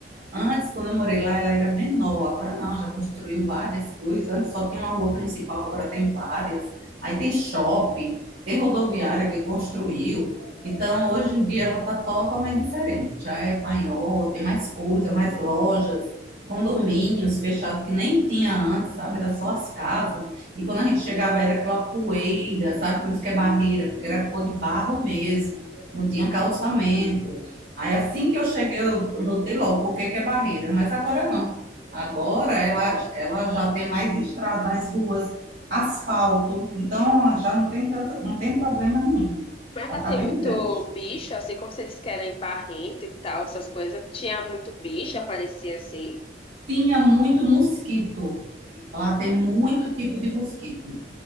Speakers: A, on the right (about 75°); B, on the left (about 30°).
A: Antes, quando eu morei lá, ela era menor. Agora não, já construiu várias coisas. Antes só tinha uma rua principal, agora tem várias. Aí tem shopping, tem rodoviária que construiu. Então, hoje em dia, ela está totalmente diferente. Já é maior, tem mais coisa, mais lojas, condomínios fechados que nem tinha antes, sabe? Era só as casas. E quando a gente chegava, era aquela poeira, sabe? Por isso que é barreira, porque era cor de barro mesmo. Não tinha calçamento. Aí assim que eu cheguei, eu notei logo por que que é barreira, mas agora não. Agora ela, ela já tem mais estradas, ruas, asfalto, então já não tem tanto, não tem problema nenhum.
B: Mas
A: Já
B: lá
A: está
B: tem
A: bem
B: muito
A: grande.
B: bicho, assim como se eles querem barrento e tal, essas coisas. Tinha muito bicho, aparecia assim.
A: Tinha muito mosquito. Lá tem muito tipo de mosquito.